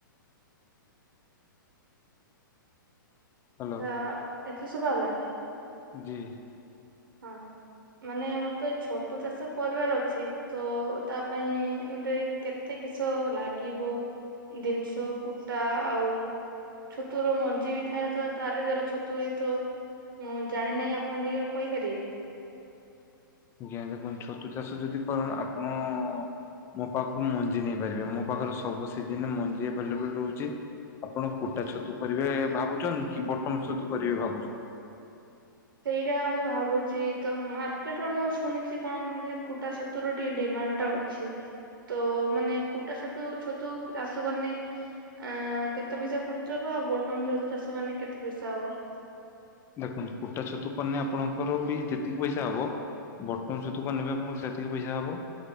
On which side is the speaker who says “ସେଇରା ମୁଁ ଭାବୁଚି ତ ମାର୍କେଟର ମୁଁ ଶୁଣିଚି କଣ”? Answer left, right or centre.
Right